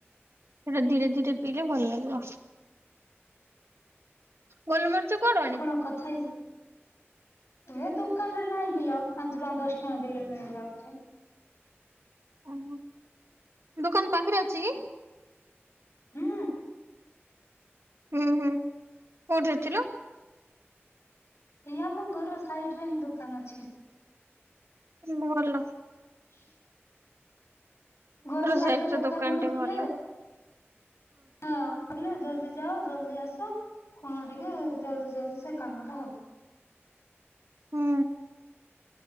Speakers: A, on the right; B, on the left.
A: ହେରା ଧୀରେ ଧୀରେ ପିଇଲେ ଭଲ ଲାଗିବ। ଗୋଲମରିଚ କଣ?
B: କଣ କଥା ହେଇ ଏ ଦୋକାନରେ ନାଇଁ କିିଲ ପାଞ୍ଚ ଟଙ୍କା ଦଶ ଟଙ୍କା ଦେଲେ ମିଳି ଯାଉଚି।
A: ଓହୋ ଦୁକାନ ପାଖରେ ଅଛି କି?
B: ହୁଁ।
A: ହୁଁ ହୁଁ କୋଉଠି ଅଛି ଲୋ?
B: ଏଇ ଆମ ଘର ସାଇଡରେ ହିଁ ଦୋକାନ ଅଛି।
A: ଭଲ।
B: ହୁଁ <unintelligible> ଘର ସାଇଡ
A: ସାଇଟରେ
B: ରେ ଦୋକାନ
A: ଦୋକାନଟେ
B: ଗୋଟେ ଥିଲା
A: ଭଲ
B: ହଁ ହେଲେ ଜଲଦି ଯାଅ ଜଲ୍ଦି ଆସ କଣ ଟିକେ ଜଲ୍ଦି ଜଲ୍ଦି ସେ କାମ ଟା ହବ।
A: ହୁଁ।